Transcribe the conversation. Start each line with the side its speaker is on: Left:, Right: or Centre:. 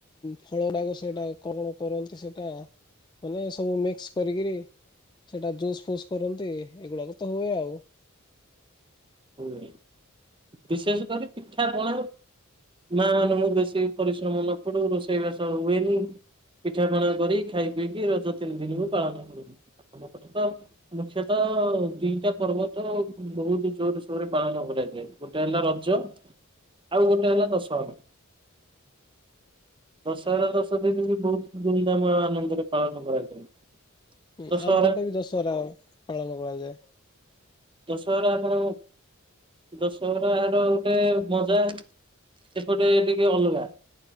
Left: ଫଳଡାକ ସେଟା କଣ କଣ କରନ୍ତି ସେଇଟା। ମାନେ ସବୁ ମିକ୍ସ କରିକିରି ସେଟା ଜୁସ୍ ଫୁସ୍ କରନ୍ତି। ଏଗୁଡାକ ତ ହୁଏ ଆଉ।
Right: ହୁଏ ବିଶେଷ କରି ପିଠା ପଣାରୁ ମା ମାନେଙ୍କୁ ବେଶୀ ପରିଶ୍ରମ ନ ପଡୁ ରୋଷେଇବାସ ହୁଏନି। ପିଠାପଣା କରି ଖାଇ ପିଇକି ରଜ ତିନି ଦିନକୁ ପାଳନ କରୁ। ଆମ ପଟେ ତ ମୁଖ୍ୟତଃ ଦିଟା ପର୍ବ ତ ବହୁତ ଜୋରେ ପାଳନ କରାଯାଏ। ଗୋଟେ ହେଲା ରଜ ଆଉ ଗୋଟେ ହେଲା ଦଶହରା। ଦଶହରା ଦଶ ଦିନ ବି ବହୁତ ଧୁମଧାମ ଆନନ୍ଦରେ ପାଳନ କରାଯାଏ।
Left: ହଁ
Right: ଦଶହରା
Left: ଆମପଟେ ବି ଦଶହରା ପାଳନ କରାଯାଏ।
Right: ଦଶହରା ଆପଣ ଦଶହରା ର ଗୋଟେ ମଜା ସେପଟେ ଟିକେ ଅଲଗା।